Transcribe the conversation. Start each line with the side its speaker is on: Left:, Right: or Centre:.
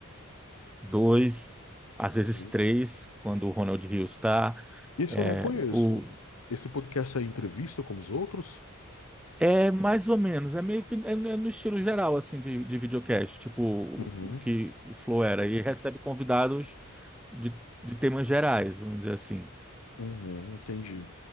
Centre: dois, às vezes
Left: Uhum.
Centre: três, quando o Ronald Rios está,
Left: Esse
Centre: é,
Left: eu não conheço.
Centre: o
Left: Esse podcast é entrevista como os outros?
Centre: é mais ou menos, é meio que é, é no estilo geral assim de, de videocast, tipo
Left: Uhum,
Centre: o que o Flow era e recebe convidados de, de temas gerais, vamos dizer assim.
Left: uhum, entendi.